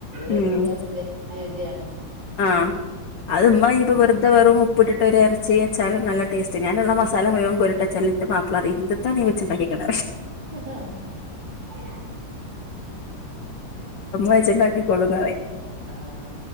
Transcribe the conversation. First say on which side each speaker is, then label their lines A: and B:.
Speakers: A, on the right; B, on the left.
A: രോ
B: ഉം
A: കുമ പ്രത്യേകരുചിയാണ്
B: ആഹ് അത്മ്മ ഇപ്പൊ വെറുതെ വെറും പുട്ടിട്ട് ഒരു ഇറച്ചി വച്ചാലും നല്ല ടേസ്റ്റ് ഞാനുള്ള മസാല മ മുഴം കൊരിട്ട വച്ചും എന്ത്ും മാപ്പിളറി ഇിട്ടാണ്ണീ വെച്ച ഉണ്ടിുന്നത്
A: ആഹ
B: വച്ചിണ്ടാക്കി കൊള്ളുന്നറ
A: ആഹ്